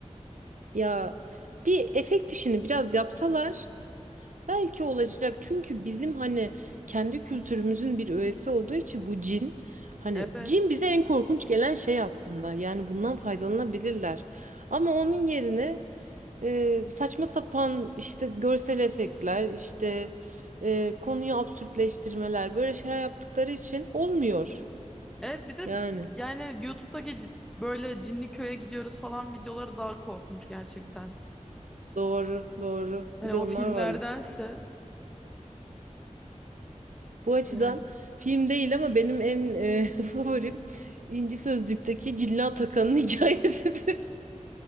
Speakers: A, on the right; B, in the centre.
A: Ya bir efekt işini biraz yapsalar belki olacak. Çünkü bizim hani kendi kültürümüzün bir öğesi olduğu için bu cin hani
B: Evet.
A: cin bize en korkunç gelen şey aslında. Yani bundan faydalanabilirler. Ama onun yerine e, saçma sapan işte görsel efektler, işte e, konuyu absürtleştirmeler böyle şeyler yaptıkları için olmuyor.
B: Evet bir de
A: Yani
B: yani YouTube'daki c- böyle cinli köye gidiyoruz falan videoları daha korkunç gerçekten.
A: doğru, doğru.
B: Hani
A: Bir de
B: o
A: onlar
B: filmlerdense
A: var. Bu açıdan
B: yani.
A: film değil ama benim en e, <laughs> favorim İnci Sözlük'teki Cilla Atakan'ın <laughs> hikayesidir.